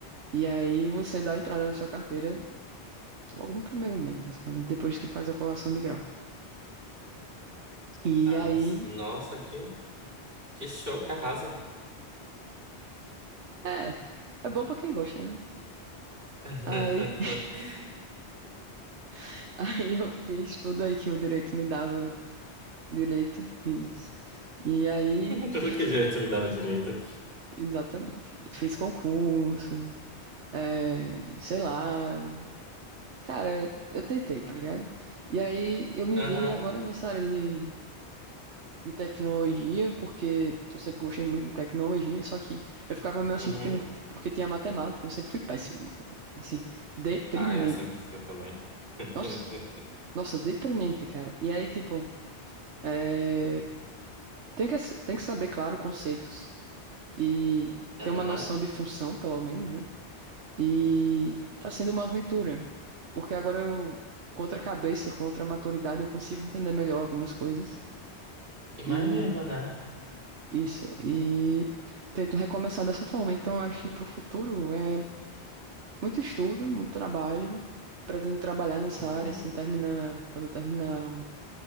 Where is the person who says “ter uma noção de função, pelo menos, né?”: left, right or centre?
Right